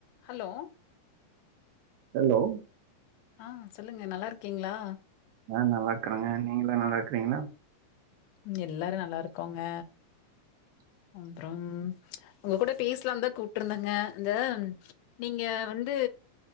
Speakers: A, on the left; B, on the right.
A: Hello
B: hello
A: ஆ சொல்லுங்க நல்லா இருக்கீங்ளா?
B: ஆ நல்லாக்றாங்க நீங்கள்லா நல்லாக்றீங்ளா
A: ம் எல்லாரு நல்லாருக் கோங்க அப்றம் உங்க கூட பேசுலாந்தா கூப்ட்ருந்தங்க இந்த நீங்க வந்து